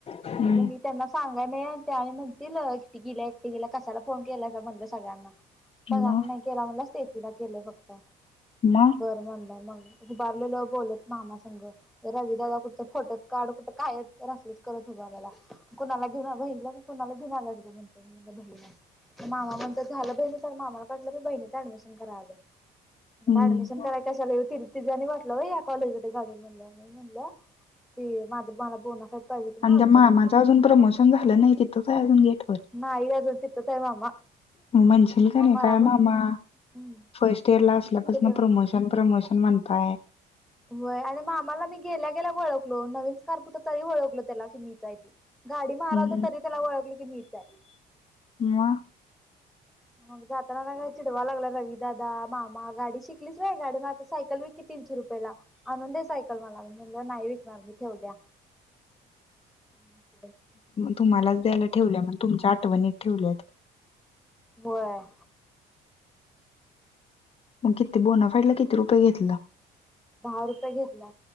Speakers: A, on the left; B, in the centre.
A: हम्म
B: म्हण मी त्यांना सांग का नाही आणि म्हणतील एकटी गेल्या एकटे गेल्या. कशाला फोन केलाचा म्हणलं सगळ्यांना सगळ्यांना
A: मग
B: नाही केला म्हटलं, स्टेपीला केलंय फक्त
A: मग
B: बरं म्हणलंय मग उभारलेलो बोलत मामा संघ रविदादा कुठं फोटोच काढ कुठं काय असलच करत उभ कुणाला घेऊ ब कोणाला घेऊन आ म्हण बण मामा म्हण झा. ब मामाला कटलं की बहिणीच ऍडमिशन कराव. मला
A: हम्म
B: ऍडमिशन कराय कशालातील तिझ आणि म्हटलं या कॉलेजमध्ये घावी मी म्हणलं नाही म्हणलं त माझं मला बोनाफाईट पाहिजे होत म्हणून
A: आणि
B: आलतो
A: मामाच
B: म्हणलं
A: अजून प्रमोशन झालं नाही. तिथंच आहे अजून गेट वर
B: नाहीय अजून तिथच आहे. मामा
A: म्हणशील का
B: मग मला
A: काय?
B: पण
A: मामा
B: हम्म
A: फर्स्ट इयर ला असल्यापासून
B: कुठ ना
A: प्रमोशन प्रमोशन म्हणताय.
B: होय आणि मामाला मी गेल्या. गेला ओळखलो. नवीन स्कार्फ तरी ओळखलो. त्याला की मीच आहे म्हणून गाडी मारालतो
A: हम्म,
B: तरी त्याला वळकलं की मीच आहे.
A: मग
B: मग जाताना चिडवाला लागला. रवी दादा, मामा गाडी शिकलीच होय नाही गाडी मग सायकल विक. तीनशे रुपयाला अनून दे सायकल मला, मी म्हणल नाही विकणार मी ठेवल्या.
A: <inaudible>
B: <unintelligible>
A: तुम्हालाच द्यायला ठेवलं. मग तुमच्या आठवणीत ठेवल्यात.
B: बर.
A: मग किती बोण फेडला? किती रुपये घेतला?
B: दहा रुपये घेतला.